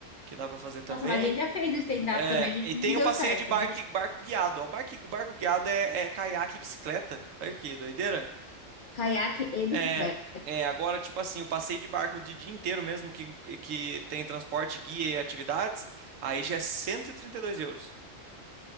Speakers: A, on the right; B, on the left.
A: que dá para fazer também.
B: Nossa, mas a gente já fez o stand-up
A: É,
B: também, a gente
A: e tem
B: não deu
A: o passeio
B: certo,
A: de barco,
B: né?
A: barco guiado. ó. O barco, o barco guiado é, é caiaque e bicicleta. Olha que doideira.
B: Caiaque e bicicleta.
A: É, é, agora, tipo assim, o passeio de barco de dia inteiro mesmo, que, que tem transporte, guia e atividades, aí já é cento e e trinta e dois euros